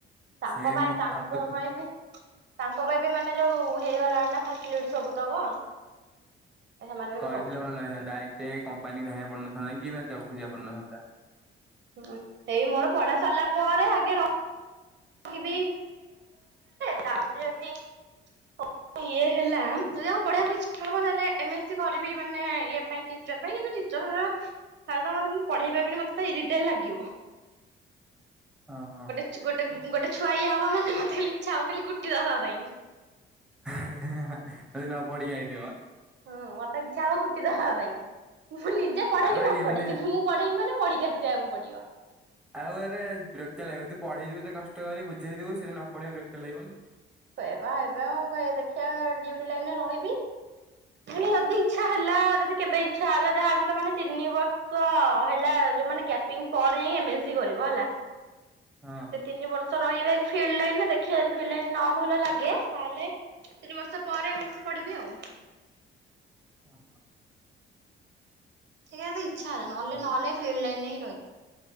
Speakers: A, on the right (about 60°); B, in the centre.
A: ତାଙ୍କ
B: ସେ
A: ପାଇଁ
B: ମୁଁ
A: ତାଙ୍କ
B: ଭାବୁଛି
A: ପାଇଁ ବି ତାଙ୍କ ପାଇଁ ବି ମାନେ ଯୋଉ ହେଇଗଲାଣି ନା ଫାସିଲିଟି ସବୁ ତକ। ସେମାନେ
B: କରିଥିଲେ
A: ବି କରୁଛନ୍ତି।
B: ଭଲ ହେଇଥାନ୍ତା। ଏତେ କମ୍ପାନୀ ଧାଇଁବା ପଡିନଥାନ୍ତା କି ଜବ୍ ଖୋଜିବା ପଡିନଥାନ୍ତା।
A: ହୁଁ, ସେଇ ମୋର ପଢା ସରିଲା ପରେ ଆଗେ ର ରହିବି ତାପରେ ଯଦି। <unintelligible> ଇଏ ହେଲା ଯଦି ଆଉ ପଢିବାକୁ ଇଚ୍ଛା ହବ ତାହେଲେ ଏମ ଏସ୍ ସି କରିବି ମାନେ ଇଏ ପାଇଁ। ଟିଚର ପାଇଁ କିନ୍ତୁ ଟିଚର ହେବା ହେରା ତ ମୁଁ ପଢେଇ ପାରିବିନି ମତେ ତ ଇରିଟେଟ ଲାଗିବ। <unintelligible>
B: ଅ ହଁ।
A: ଗୋଟେ ଗୋଟେ ଛୁଆ ଇଏ ହବ ମାନେ ମତେ ଖାଲି ଇଚ୍ଛା ହେବ ଖାଲି କୁଟି ଦେବା ପାଇଁ।
B: ଯଦି ନପଢ଼ିକି ଆଇଥିବ।
A: ହଁ ମତେ ଇଚ୍ଛା ହବ କୁଟିଦବା ପାଇଁ। ମୁଁ ନିଜେ ପଢେ
B: ଆଉ
A: କି ନ
B: ଇଏ
A: ପଢେ।
B: ମାନେ
A: କିନ୍ତୁ ମୁଁ ପଢେଇି ମାନେ ପଢିକି ଆସିବାକୁ ପଡିବ।
B: ଆଉ ଏବେ ବିରକ୍ତିଆ ଲାଗିବ ତୁ ପଢେଇ ଥିବୁ ଏତେ କଷ୍ଟ କରି ବୁଝେଇ ଦବୁ ସେ ନ ପଢେଇ ବିରକ୍ତି ଲାଗିବନି।
A: ଏବା ଏବେ କଣ ଦେଖିବା ଡିଉଟି ଲାଇନରେ ରହିବି। ଯଦି ଇଚ୍ଛା ହେଲା ଯଦି କେବେ ଇଛା ହେଲା ଯାହା ହେଲେ ତ ମାନେ ତିନି ବର୍ଷ ହେଲା ଯୋଉ ମାନେ ଗ୍ୟାପିଙ୍ଗ ପରେ ଯାଇ ଏ କରିବ ହେଲା।
B: ହଁ।
A: ତିନି ବର୍ଷ ରହିବେ ଫିଲ୍ଡ ଲାଇନରେ ଦେଖିବା ଫିଲ୍ ଲାଇ ନ ଭଲ ଲାଗେ। ତାହେଲେ ତିନି ମାସ ପରେ ଏମ୍ ଏମ୍ ସି ପଢିବି ଆଉ।
B: ହଁ।
A: ସେଇା ତ ଇଚ୍ଛା ହେଲା ନହଲେ
B: ହଉ
A: ନହେଲେ ଫିଲ୍ଡ ଲାଇନରେ ହଁ ରହିବ।